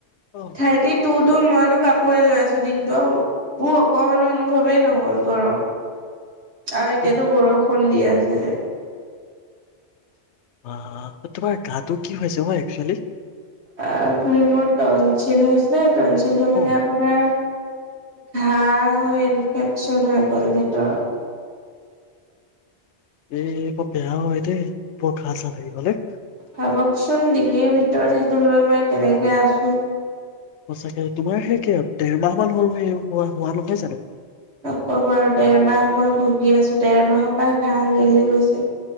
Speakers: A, on the left (about 85°); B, on the right (about 75°).
A: অ
B: থাৰটি টো ত মইতো কাপোৰে লৈ আছো দিনটো বোৰ অকমানো অনুভৱেই নহল গৰম আৰু এতিয়াতো
A: অ
B: বৰষুণ দিয়া উ <unintelligible>
A: অ তোমাৰ গাটো কি হৈছে হয় একচুৱেলি
B: অ ঘুৰি মোৰ টনঞ্চিল হৈছিলে। টনশিলটো মানে
A: অ
B: আপোনাৰ ঘাঁ হৈ ইনফেকচন হৈ গ'ল ভিতৰত।
A: এ বৰ বেয়া হয় দেই বৰ ঘাঁ চা লাগে গলে।
B: ভাবকচোন ডিঙিৰ ভি ভিতৰত সেইটো লৈ মই কেনেকে আছো
A: সঁচাকে তোমাৰ সে কে দেৰ মাহ মান হ'ল হোৱা হোৱা নহয় জানো।
B: নক বাৰু দেৰমাহ মই ভুগি আছো দেৰ মাহৰ পৰা ঘাহ গেলি গৈছিল